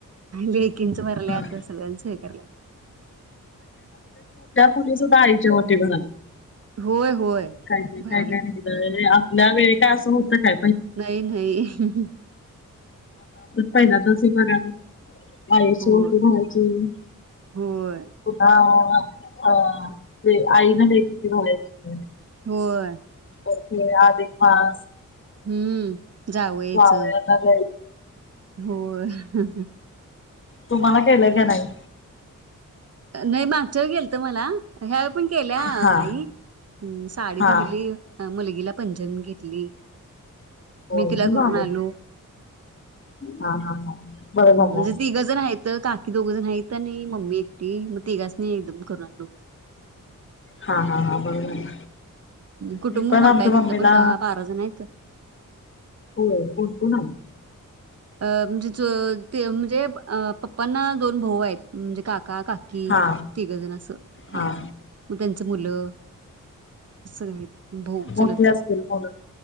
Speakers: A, on the right; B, on the left.
A: बकीनच परले आता
B: हा.
A: सुधान स्करलं.
B: पुली सुधायचे होते घरात
A: होय होय.
B: काय काय
A: भराल्यात
B: काय काय न वेळ काय असं होतं खा.
A: नाही नाही.
B: पहिला तस बरा आईची
A: होय
B: ओटी भरायची.
A: होय
B: तुला अ ते आईन लेकीची भरायची.
A: होय.
B: <unintelligible> अधिक मास.
A: हम्म. जावयाच
B: जावयांना द्या
A: होय.
B: तुम्हाला केलयं काय नाही.
A: नाही मागच्यावेळी केलत मला ह्या पण केल्या
B: हा
A: आई. हम्म साडी
B: हा
A: ते दिली. मुलगीला पंजन घेतली.
B: होय
A: मी तिला
B: मग
A: करून
B: झालं
A: आलो,
B: हा हा हा बरं
A: म्हणजे
B: झालं.
A: तीगजण हायत. तर काकी दोघजण हायत. ता नाही मम्मी एकटी. मग तिघासणी एकदम करून आलो.
B: हा हा हा बरं झालं.
A: कुटुंब
B: मी पण
A: मोठा
B: आमच्या
A: हाय, तिथ
B: मम्मीला
A: पण दहा बारा जण आहेत.
B: होय कुंकू नाही
A: अ म्हणजे चू ते म्हणजे पप्पांना दोन भाऊ आहे म्हणजे काका काकी
B: हा
A: तिघजण असं आहेत.
B: हा
A: मग त्यांच मुलं. सगळे हायत भऊ
B: मोठी
A: चुलत.
B: असतील मुलं